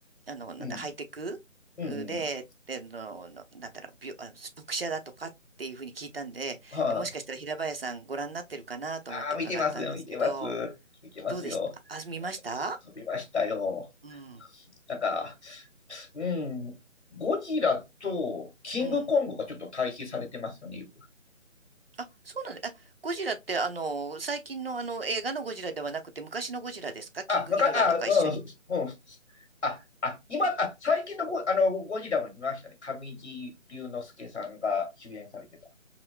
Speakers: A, on the right (about 45°); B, on the left (about 60°).
A: あの、なんだ、
B: うん、
A: ハイテクうで、
B: うん、うん。
A: で、の、のなんだろう、びょ、あの、読者だとかっていうふうに聞いたんで、
B: はい。
A: で、もしかしたら平林さんご覧になってるかなと思って伺ったんですけど、
B: あああ、見てますよ、見てます。見てますよ。
A: どうでしたあ、見ました
B: 飛びましたよ。
A: うん。
B: なんか、うん、ゴジラとキングコングがちょっと対比されてますよね、
A: うん。
B: よく。
A: あ、そうなんだ。あ、ゴジラって、あの、最近のあの映画のゴジラではなくて、昔のゴジラですかキングギドラとか一緒に。
B: あ、わか、あ、うん、そうん。すあ、あ、今、あ、最近のゴ、あの、ゴジラも見ましたね。上地龍之介さんが主演されてた。